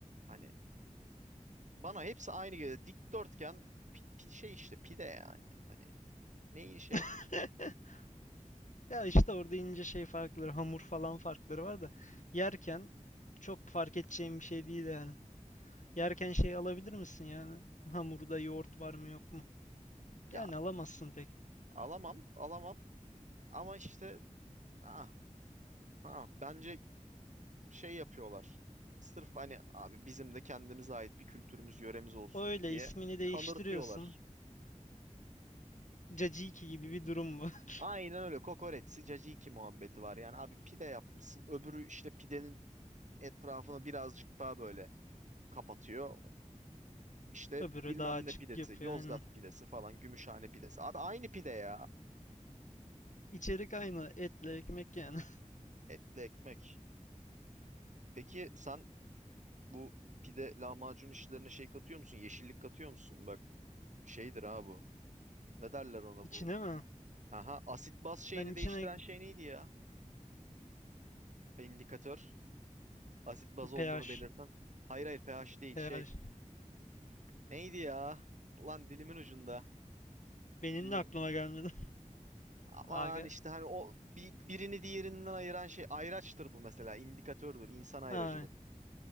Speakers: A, on the right; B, on the left.
A: Hani bana hepsi aynı geliyor. Dikdörtgen pi- pi- şey işte pide yani. Hani neyi şey
B: <laughs>
A: yapıyor?
B: Ya işte orada ince şey farkları, hamur falan farkları var da yerken çok fark edeceğim bir şey değil yani. Yerken şey alabilir misin yani? Hamurda yoğurt var mı yok mu?
A: Ya
B: Yani alamazsın pek.
A: alamam alamam ama işte ah, ah, bence şey yapıyorlar. Sırf hani abi bizim de kendimize ait bir kültürümüz yöremiz olsun
B: Öyle
A: diye
B: ismini değiştiriyorsun.
A: kanırtıyorlar.
B: Caciki gibi bir durum bu. <laughs>
A: Aynen öyle. Kokoreçsi caciki muhabbeti var. Yani abi pide yapmışsın. Öbürü işte pidenin etrafını birazcık daha böyle kapatıyor. İşte
B: Öbürü
A: bilmem
B: daha açık
A: ne pidesi,
B: yapıyor
A: Yozgat
B: aynen.
A: pidesi falan, Gümüşhane pidesi. Abi aynı pide ya.
B: İçerik aynı. Etle ekmek yani.
A: Etli ekmek. Peki sen bu pide lahmacun işlerine şey katıyor musun? Yeşillik katıyor musun? Bak şeydir ha bu. Ne derler ona
B: <laughs> İçine
A: bu?
B: mi?
A: Aha, asit baz şeyini
B: Ben içine
A: değiştiren şey neydi ya? İndikatör. Asit baz olduğunu
B: pH.
A: belirten. Hayır hayır pH değil
B: pH.
A: şey. Neydi ya? Lan dilimin ucunda.
B: Benim
A: Dilim.
B: de aklıma gelmedi.
A: Aman
B: <laughs> Aga.
A: işte hani o bi- birini diğerinden ayıran şey ayraçtır bu mesela. İndikatördür, insan ayracıdır.
B: Ha.